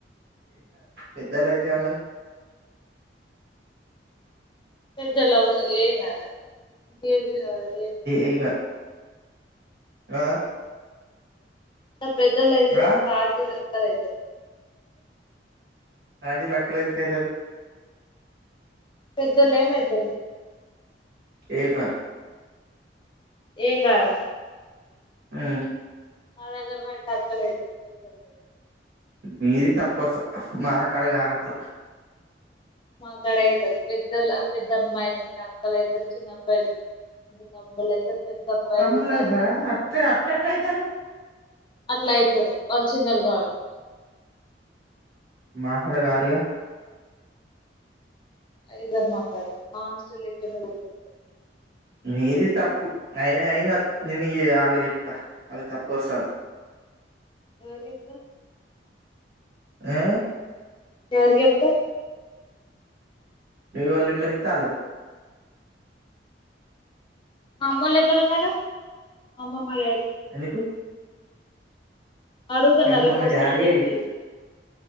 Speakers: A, on the right; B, on the left.
A: పెద్దలు అయితే ఎం ఉన్నాయి
B: పెద్దోలవ్ ఎం కాదు <unintelligible> ఎం ఉండదు
A: ఏం కాదు ఆ
B: ఇంత పెద్దొల్ అయితే ది
A: ఆ
B: కార్ దిగరు పది అయితది
A: ఆంటీ లెక్కలెందుకు ఐతారు
B: పెద్దోళ్లు ఏమయి సరే
A: ఏంగారు
B: ఏ గారా
A: ఆ
B: మా దగ్గరనైతే అస్సలు <unintelligible>
A: మీది తప్పర్సల్ మా కాడ గాదట్లా
B: మాక్కడ అయితరు పెద్దలు పెద్ద అమ్మాయిలు ఉంటే అక్కలయితరు చిన్న అబ్బాయిలుంటే తమ్ములు అయితారు పెద్ద అబ్బాయిలు
A: తమ్ముళ
B: ఉంటే
A: ఐదారా
B: అన్నయ్యలు
A: అట్ట అట్టేట్టాయితారు
B: అట్ల అయితారు చిన్నది కాబట్టి
A: మా కాడ కారుగా
B: అయితరు మా కాడ మా హాస్టల్ ఎటు ఉల్తురు
A: నీది తప్పు అయినా ఏం కాదు నేను ఆమెకు చెప్తా వాళ్ళ తప్పు వరుస అని
B: ఎవరికి చెప్తావ్
A: ఆ
B: ఎవరికి చెప్తావ్
A: ఎవల్ నెంబర్ ఇత్తే అల్లాదే
B: మా అమ్మోళ్లు ఎక్కడున్నారు మా అమ్మమ్మ లేరు
A: ఎందుకు
B: అడుగుతున్న
A: మీ అమ్మ
B: రేపు
A: మీ
B: వస్తా
A: డాడీ
B: అని చెప్పిరు